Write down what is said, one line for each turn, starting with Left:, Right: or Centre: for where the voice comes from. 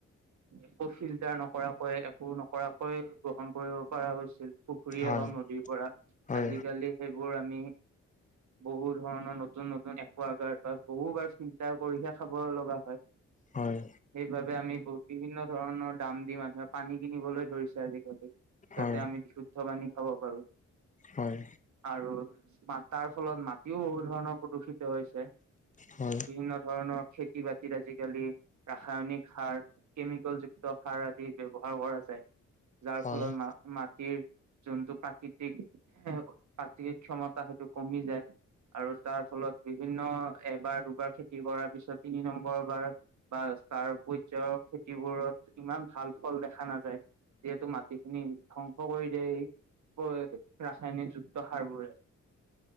Right: একো ফিল্টাৰ নকৰাকৈ, একো নকৰাকৈ, গ্ৰহণ কৰিব পৰা গৈছিল। পুখুৰীয়েই
Left: হয়
Right: হওঁক নদীৰ পৰা,
Left: হয়
Right: আজিকালি সেইবোৰ আমি বহু ধৰণৰ নতুন নতুন একাগাৰ্ড বা বহু বাৰ ফিল্টাৰ কৰিহে খাব লগা হয়।
Left: হয়।
Right: সেইবাবে আমি বিভিন্ন ধৰণৰ দাম দি, মানুহে পানী কিনিবলৈ ধৰিছে আজিকালি।
Left: হয়
Right: যাতে আমি বিশুদ্ধ পানী খাব পাৰো।
Left: হয়।
Right: আৰু তাৰফলত মাটিও বহুত ধৰণৰ প্ৰদূষিত হৈছে।
Left: হয়।
Right: বিভিন্ন ধৰণৰ খেতি বাতিৰ আজিকালি ৰাসায়নিক সাৰ, কেমিকেলযুক্ত সাৰ আদি ব্যৱহাৰ কৰা যায়। যাৰ
Left: হয়
Right: ফলত মা-মাটিৰ যোনটো প্ৰাকৃতিক মাটিৰ ক্ষমতা, সেইটো কমি যায়। আৰু তাৰফলত বিভিন্ন, এবাৰ দুবাৰ খেতি কৰাৰ পিছত তিনি নম্বৰ বাৰ বা তাৰ পৰ্যায়ৰ খেতিবোৰত ইমান ভাল ফল দেখা নাযায়। যিহেতু মাটিখিনি ধ্বংস কৰি দিয়ে সি। ৰাসায়নিকযুক্ত সাৰ বোৰে